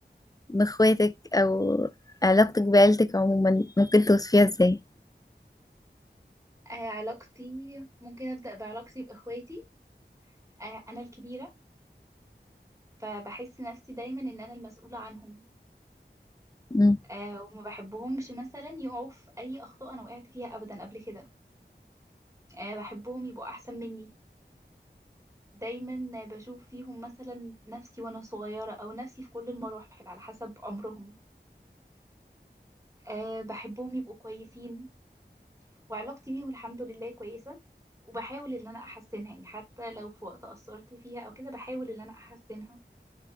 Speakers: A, on the left; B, on the right.
A: بإخواتك أو علاقتك بعيلتك عموما ممكن توصفيها إزاي؟
B: آه علاقتي ممكن ابدا بعلاقتي باخواتي آه انا الكبيرة فبحس نفسي دايما ان انا المسؤولة عنهم
A: مم،
B: آه وما بحبهمش مثلا يقعوا في اي اخطاء انا وقعت فيها ابدا قبل كده آه بحبهم يبقوا احسن مني دايما بشوف فيهم مثلا نفسي وانا صغيرة او نفسي في كل المراحل على حسب عمرهم أه بحبهم يبقوا كويسين وعلاقتي بيهم الحمد لله كويسة وبحاول ان انا احسنها يعني حتى لو في وقت قصرت فيها او كده بحاول ان انا احسنها